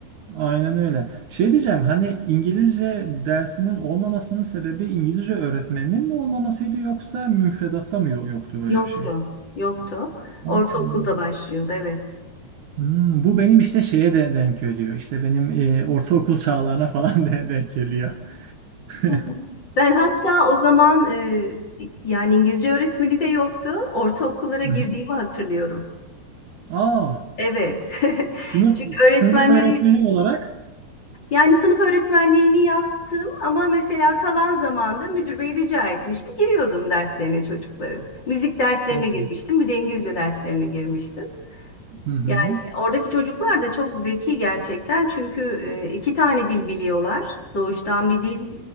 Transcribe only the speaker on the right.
aynen öyle. Şey diyeceğim hani İngilizce dersinin olmamasının sebebi İngilizce öğretmeninin mi olmamasıydı yoksa müfredatta mı yo- yoktu böyle
bir şey?
Aa.
Hmm, bu benim işte şeye de denk geliyor. İşte benim e, ortaokul çağlarına falan <laughs> de denk geliyor. <laughs> Hı
hı.
Aa.
Sınıf,
sınıf öğretmeni olarak
çok
iyi.
Hı hı.